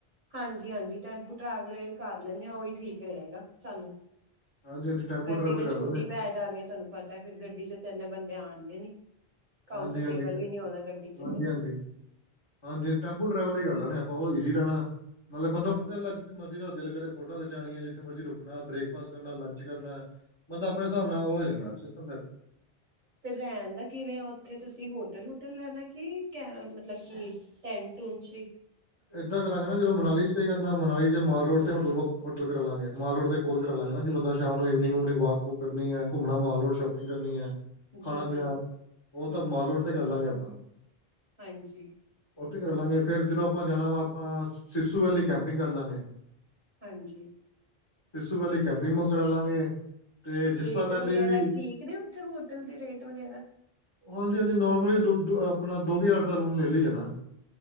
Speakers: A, on the right (about 50°); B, on the left (about 25°).
A: ਹਾਂਜੀ ਹਾਂਜੀ ਟੈਂਪੂ ਟਰੈਵਲ ਕਰ ਲੈਂਦੇ ਆ ਉਹੀ ਠੀਕ ਰਹੇਗਾ ਸਾਨੂੰ।
B: ਹਾਂਜੀ ਹਾਂਜੀ ਟੈਂਪੂ
A: ਗੱਡੀ
B: ਟਰੈਵਲ
A: ਤੇ
B: ਕਰ
A: ਛੋਟੀ
B: ਲੈਣੇ
A: ਪੈ ਜਾਣੀ ਆ ਤੁਹਾਨੂੰ ਪਤਾ ਫੇਰ ਗੱਡੀ ਚ ਤਿੰਨ ਬੰਦੇ ਆਉਣਗੇ ਨੀ। ਕੰਫਰਟੇਬਲ
B: ਹਾਂਜੀ ਹਾਂਜੀ ਟ-
A: ਵੀ ਨੀ ਹੋਣਾ ਗੱਡੀ ਚ
B: ਹਾਂਜੀ
A: ਤੇ।
B: ਹਾਂਜੀ ਹਾਂਜੀ ਟੈਂਪੂ ਟਰੈਵਲ ਕਰ ਲੈਣੇ ਆਪਾਂ ਉਹ ਈਜ਼ੀ ਰਹਿਣਾ ਨਾਲੇ ਬੰਦਾ
A: ਹਾਂਜੀ
B: ਮਰਜ਼ੀ। ਦਿਲ ਕਰੇ ਫੋਟੋਆਂ ਖਿਚਾਣੀਆਂ ਜਿੱਥੇ ਮਰਜ਼ੀ ਰੁਕਣਾ ਬ੍ਰੇਕਫਾਸਟ ਕਰਨਾ ਲੰਚ ਕਰਨਾ। ਬੰਦਾ ਆਪਣੇ ਹਿਸਾਬ ਨਾਲ ਉਹ ਹੋ ਜਾਂਦਾ ਸਿਸਟਮ ਸੈਟ।
A: ਤੇ ਰਹਿਣ ਦਾ ਕਿਵੇਂ ਆ ਉੱਥੇ ਤੁਸੀਂ ਹੋਟਲ ਹੁਟਲ ਲੈਣਾ ਕੀ ਕ ਮਤਲਬ ਕਿ ਟੈਂਟ ਟੁੱਨਟ ਚ ਹੀ।
B: ਏਦਾਂ ਕਰਾਂਗੇ ਨਾ ਜਦ ਮਨਾਲੀ ਸਟੇ ਕਰਨਾ ਮਨਾਲੀ ਚ ਮਾਲ ਰੋਡ ਤੇ ਹੋਟਲ ਬ ਹੋਟਲ ਕਰਾ ਲਾਂਗੇ ਮਾਲ ਰੋਡ ਤੇ ਕੋਲ ਕਰ ਲਵਾਂਗੇ ਨਾ ਕਿ ਬੰਦਾ। ਸ਼ਾਮ ਨੂੰ ਈਵਨਿੰਗ ਉਵਨਿੰਗ ਵਾਕ ਵੂਕ ਕਰਨੀ ਹੈ ਘੁੰਮਣਾ ਮਾਲ ਰੋਡ ਸ਼ੋਪਿੰਗ ਕਰਨੀ ਹੈ।
A: ਜੀ
B: ਖਾਣਾ ਪੀਣਾ
A: ਜੀ।
B: ਉਹ ਤਾਂ ਮਾਲ ਰੋਡ ਤੇ ਕਰ ਲਾਂਗੇ ਆਪਾਂ।
A: ਹਾਂਜੀ
B: ਉਥੇ ਕਰ ਲਾਂਗੇ ਫਿਰ ਜਦੋਂ ਆਪਾਂ ਜਾਣਾ ਵਾ ਆਪਾਂ ਸਿਸੂ ਵੱਲ ਹੀ ਕੈਪਿੰਗ ਕਰ ਲਾਂਗੇ।
A: ਹਾਂਜੀ
B: ਸਿਸੂ ਵਾਲੀ ਕੈਂਪਿੰਗ ਮ ਕਰਾ ਲਾਂਗੇ <unintelligible> ਜਿਸਪਾ
A: ਰੇਟ
B: ਵੈਲੀ
A: ਵਗੈਰਾ
B: ਵੀ
A: ਠੀਕ ਨੇ ਉੱਥੇ ਹੋਟਲ ਦੇ ਰੇਟ ਵਗੈਰਾ।
B: ਹਾਂਜੀ ਹਾਂਜੀ ਨੋਰਮਲੀ ਦ ਆਪਣਾ ਦੋ ਕੁ ਹਜ਼ਾਰ ਦਾ ਰੂਮ ਮਿਲ ਹੀ ਜਾਣਾ।